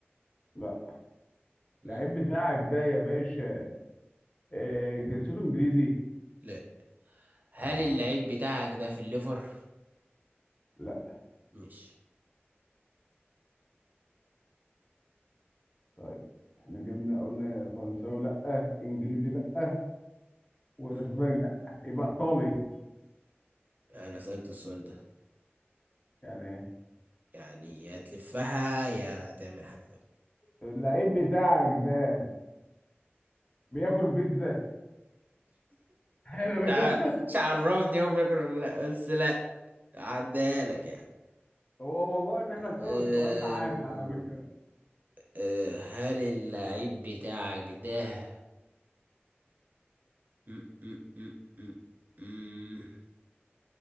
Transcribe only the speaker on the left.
لا
اللعيب بتاعك ده يا باشا آه، جنسيته انجليزي
آه
لا
طيب احنا جبنا قلنا فرنساوي لا انجليزي لا واسباني
لا يبقى ايطالي
يعني
اللعيب بتاعك ده بياكل بيتزا حلو
ده <laughs>
هو موضوع ان احنا نكرر
السؤال ده عادي على فكرة